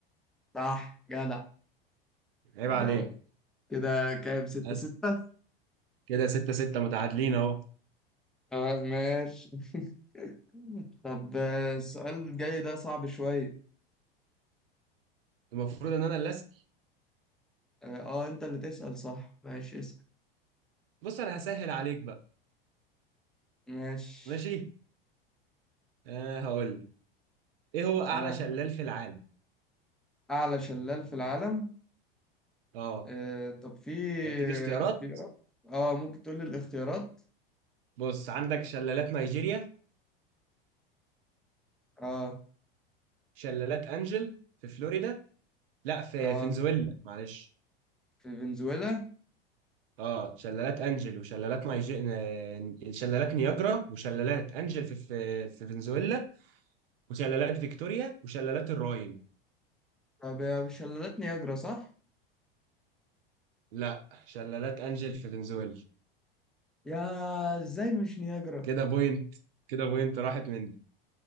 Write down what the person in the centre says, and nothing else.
صح جدع
جدع
كده كام ستة
ستة
اه ماشي <laughs> طب آه، السؤال الجاي ده صعب شوية
اه آه، انت اللي تسأل صح ماشي اسأل
ماشي
آه.
اعلى شلال في العالم
آه. طب في
اختيارات اه ممكن تقول لي الاختيارات
اه
اه
في فنزويلا
طب يا شلالات نياجرا صح؟
يا ازاي مش نياجرا؟